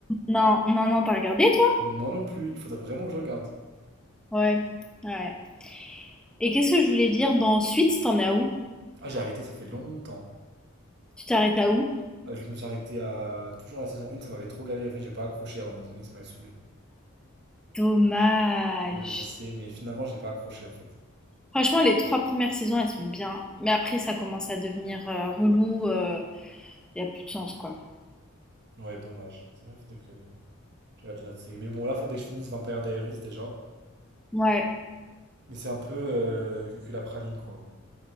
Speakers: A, in the centre; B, on the right.
A: Non, non, non, t'as regardé, toi?
B: Non, non plus. Il faudrait vraiment que je regarde.
A: Ouais, ouais. Et qu'est-ce que je voulais dire? Dans Suite, t'en as où?
B: Ah, j'ai arrêté, ça fait longtemps.
A: Tu t'arrêtes à où?
B: Ah, Je me suis arrêté à toujours la saison 1, ça m'avait trop gavé. En fait, j'ai pas accroché à un moment donné, ça m'avait saoulé.
A: Dommage.
B: Ouais, je sais, mais finalement, j'ai pas accroché, en fait.
A: Franchement, les trois premières saisons, elles sont bien. Mais après, ça commence à devenir euh, relou. Il n'y a plus de sens, quoi.
B: Ouais, dommage. C'est vrai, faudrait que Je regarde une autre série. Mais bon, là, faudrait que je finisse Vampire Diaries déjà.
A: Ouais.
B: Mais c'est un peu euh, cucul à praline, quoi.